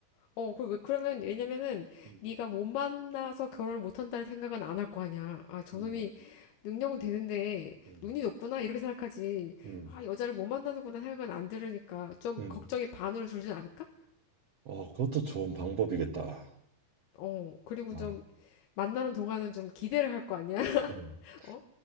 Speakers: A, on the left (about 85°); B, on the right (about 50°).
A: 어, 그, 왜- 그러면, 왜냐면은,
B: 음,
A: 네가 못 만나서 결혼을 못 한다는 생각은 안 할 거 아니야. 아, 저놈이
B: 음,
A: 능력은 되는데,
B: 음,
A: 눈이 높구나, 이렇게 생각하지.
B: 음,
A: 아, 여자를 못 만나는구나 생각은 안 들으니까, 좀
B: 음.
A: 걱정이 반으로 줄지 않을까?
B: 어, 그것도 좋은 방법이겠다.
A: 어, 그리고
B: 아
A: 좀, 만나는 동안은 좀 기대를 할 거 아니야? <laughs>
B: 응
A: 어?